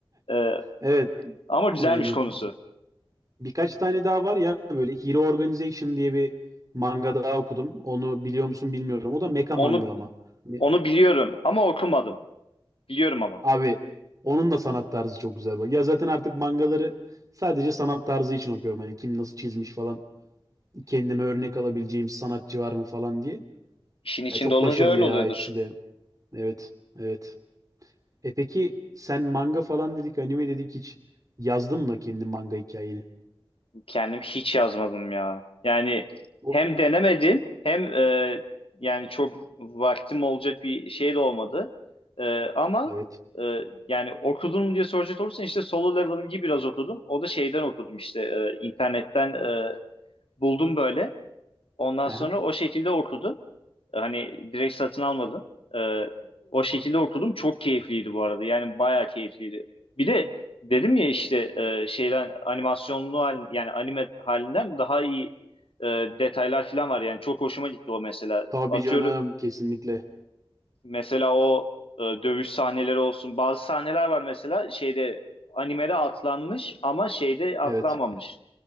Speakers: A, on the left (about 80°); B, on the right (about 40°).
A: E,
B: Evet,
A: ama güzelmiş
B: yani
A: konusu.
B: birkaç tane daha var ya böyle Hero Organization diye bir manga daha okudum. Onu biliyor musun bilmiyorum. O da mecha
A: Onu
B: manga ama. Hani
A: onu biliyorum ama okumadım. Biliyorum ama.
B: Abi onun da sanat tarzı çok güzel. Bak. Ya zaten artık mangaları sadece sanat tarzı için okuyorum. Hani kim nasıl çizmiş falan. kendime örnek alabileceğim sanatçı var mı falan diye.
A: İşin içinde
B: Ya çok
A: olunca
B: başarılı
A: öyle
B: ya
A: oluyordur.
B: ikisi de. Evet, evet. E peki sen manga falan dedik, anime dedik hiç yazdın mı kendi manga hikayeni?
A: Kendim hiç yazmadım ya. Yani
B: O.
A: hem denemedim hem e, yani çok vaktim olacak bir şey de olmadı. E, ama
B: Evet.
A: e, yani okudun mu diye soracak olursan işte Solo Leveling'i biraz okudum. O da şeyden okudum işte e, internetten e, buldum böyle. Ondan
B: Hı
A: sonra o şekilde okudum. Hani direkt satın almadım. Ee, o şekilde okudum. Çok keyifliydi bu arada. Yani bayağı keyifliydi. Bir de dedim ya işte e, şeyden animasyonlu hal, yani anime halinden daha iyi e, detaylar falan var. Yani çok hoşuma gitti o mesela.
B: Tabii
A: Atıyorum
B: canım kesinlikle.
A: Mesela o e, dövüş sahneleri olsun. Bazı sahneler var mesela şeyde animede atlanmış ama şeyde atlanmamış.
B: Evet.